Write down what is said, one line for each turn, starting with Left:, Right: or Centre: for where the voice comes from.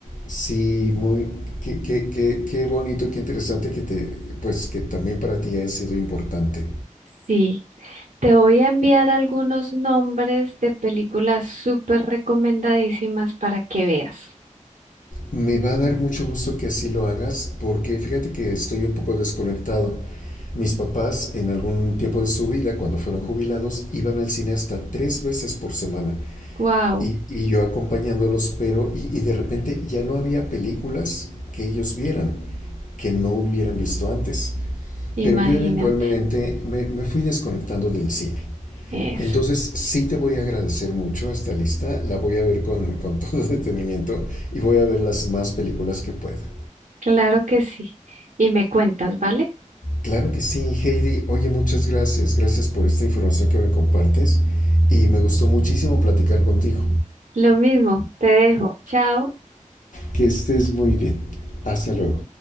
Left: sí, muy, qué, qué, qué, qué bonito, qué interesante que, te, pues, que también para ti ha sido importante.
Right: Sí, te voy a enviar algunos nombres de películas súper recomendadísimas para que veas.
Left: Me va a dar mucho gusto que así lo hagas porque fíjate que estoy un poco desconectado. Mis papás en algún tiempo de su vida, cuando fueron jubilados, iban al cine hasta tres veces por semana
Right: Wow,
Left: y, y yo acompañándolos, pero y, y de repente ya no había películas que ellos vieran, que no hubieran visto antes. Pero
Right: imagínate
Left: yo eventualmente me, me fui desconectando del cine.
Right: eso.
Left: Entonces sí te voy a agradecer mucho esta lista, la voy a ver con, con <laughs> todo detenimiento y voy a ver las más películas que pueda.
Right: Claro que sí. Y me cuentas, ¿vale?
Left: Claro que sí, Heidi. Oye, muchas gracias. Gracias por esta información que me compartes y me gustó muchísimo platicar contigo.
Right: Lo mismo, te dejo. Chao.
Left: Que estés muy bien. Hasta luego.